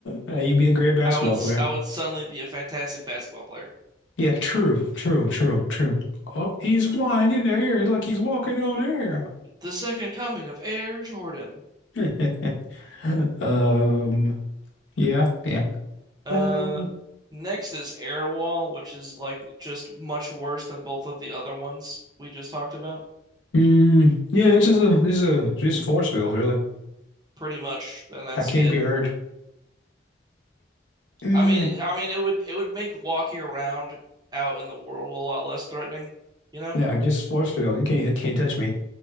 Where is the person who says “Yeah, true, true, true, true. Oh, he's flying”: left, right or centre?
Left